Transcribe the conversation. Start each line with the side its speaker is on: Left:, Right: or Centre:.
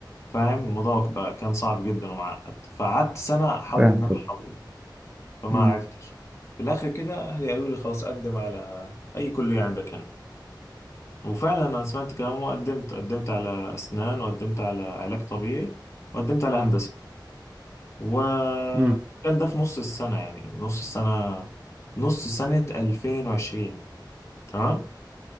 Left: فاهم الموضوع بقى كان صعب جدا ومعقد فقعدت سنة احاول
Right: فاهم
Left: ان انا
Right: طب
Left: احول فما
Right: مم.
Left: عرفتش في الاخر كده اهلي قالوا لي خلاص قدم على اي كلية عندك هنا وفعلا انا سمعت كلامهم وقدمت قدمت على اسنان وقدمت على علاج طبيعي وقدمت على هندسة وكان
Right: مم.
Left: ده في نص السنة يعني نص السنة نص سنة 2020 تمام